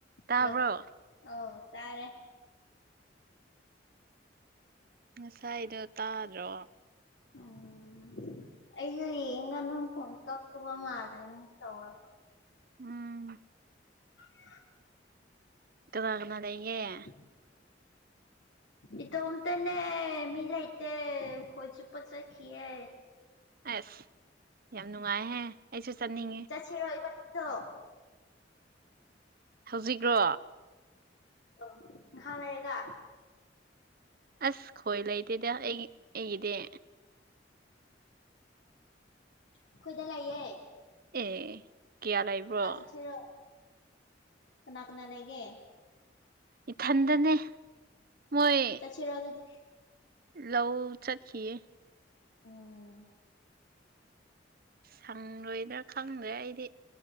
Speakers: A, on the right (about 55°); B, on the left (about 80°).
A: ꯇꯥꯕ꯭ꯔꯣ꯫
B: Hello ꯑꯧ ꯇꯥꯔꯦ꯫
A: ꯉꯁꯥꯏꯗꯣ ꯇꯥꯗ꯭ꯔꯣ꯫
B: ꯎꯝ꯫ ꯑꯩꯁꯨ ꯌꯦꯡꯒ ꯅꯪ ꯐꯣꯟ ꯀꯛꯄ ꯃꯥꯜꯂꯦꯅ ꯇꯧꯋ‌ꯦꯕ꯫
A: ꯎꯝ꯫
B: ꯫
A: ꯀꯥꯅ ꯀꯥꯅ ꯂꯩꯌ‌ꯦ꯫
B: ꯫ ꯏꯇꯣꯝꯇꯅꯦ ꯃꯤ ꯂꯩꯥꯇꯦ ꯈꯣꯏ ꯆꯨꯞ ꯆꯠꯈꯤꯌꯦ꯫
A: ꯑꯁ ꯌꯥꯝ ꯅꯨꯡꯉꯥꯏꯍꯦ ꯑꯩꯁꯨ ꯆꯠꯅꯤꯡꯉ‌ꯦ꯫
B: ꯆꯠꯁꯤꯔꯣ ꯏꯕꯥꯅꯤꯁꯨ꯫
A: ꯍꯧꯖꯤꯛꯔꯣ꯫
B: ꯑꯣ ꯉꯥꯍꯥꯛꯂꯩꯒ꯫
A: ꯑꯁ ꯈꯣꯏ ꯂꯩꯇꯦꯗ ꯑꯩ ꯑꯩꯒꯤꯗꯤ꯫
B: ꯑꯈꯣꯏꯗ ꯂꯩꯥꯛꯌꯦ꯫
A: ꯑꯦ꯫ ꯀꯌꯥ ꯂꯩꯕ꯭ꯔꯣ
B: ꯑꯆꯥ ꯆꯠꯁꯤꯔꯣ ꯀꯅꯥ ꯀꯅꯥ ꯂꯩꯒꯦ꯫
A: ꯏꯊꯟꯗꯅꯦ ꯃꯣꯏ꯫
B: ꯆꯁꯤꯔꫭ ꯑꯗꯨꯗꯤ꯫
A: ꯂꯧ ꯆꯠꯈꯤꯌꯦ꯫
B: ꯎꯝ꯫
A: ꯁꯪꯂꯣꯏꯗ꯭ꯔꯥ ꯈꯪꯗ꯭ꯔꯦ ꯑꯩꯗꯤ